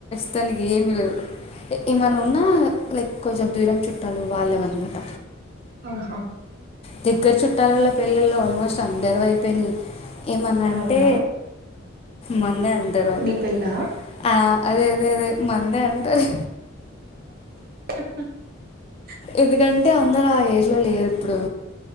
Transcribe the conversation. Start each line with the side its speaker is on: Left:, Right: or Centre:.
Left: తనికి ఏమిీ లేదు ఏమైన్నా ఉన్నా లైక్ కొంచెం దూరం చుట్టాలు వాళ్ళేవనమాట
Right: ఆహా
Left: దగ్గర చుట్టాలల పెళ్ళిళ్ళు ఆల్మోస్ట్ అండర్ అయిపోయినాయి ఏమన్నా అంటే
Right: అవునా
Left: మన్న అంటారు వాళ్ళు
Right: నీ పెళ్ళా
Left: ఆ అదే అదే అదే మందే అంటారు
Right: ఆ
Left: ఎందుకంటే అందరు ఆ ఏజ్ లో లేరు ఇప్పుడు